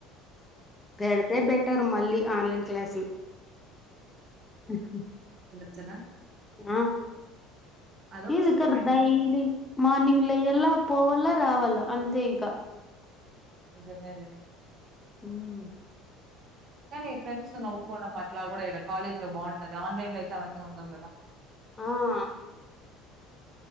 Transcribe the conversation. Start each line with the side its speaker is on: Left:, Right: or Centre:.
Left: పెడితే బెటర్ మళ్ళీ ఆన్లైన్ క్లాసులు. ఉహ్ హు
Right: చ్చనా
Left: ఆహ్
Right: అదొక
Left: ఇది
Right: సుఖం
Left: కార్ద
Right: ఇంట్లో
Left: ఈలి మార్నింగ్ లేయా అలా పోవాల రావాల అంతే ఇంకా
Right: నిజమే లే
Left: ఉహ్మ్
Right: కానీ ఫ్రెండ్స్ తో నవ్వుకోన్నాం అట్లా కూడా కాలేజ్ లో బాగుంటది. ఆన్లైన్ లో అయితే అవన్నీ ఉండవు కదా.
Left: ఆహ్